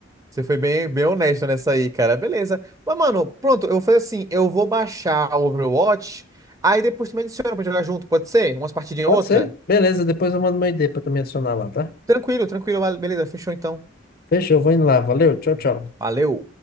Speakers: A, on the right (about 15°); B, on the left (about 50°).
A: você foi bem, bem honesto nessa aí, cara. Beleza. Mas, mano, pronto, eu vou fazer assim, eu vou baixar o Overwatch, aí depois tu me adiciona pra jogar junto, pode ser? Umas partidinhas
B: Pode
A: outra?
B: ser? Beleza, depois eu mando meu ID pra tu me adicionar lá, tá?
A: Tranquilo, tranquilo, vale- beleza, fechou então.
B: Fechou, vou indo lá. Valeu, tchau, tchau.
A: Valeu.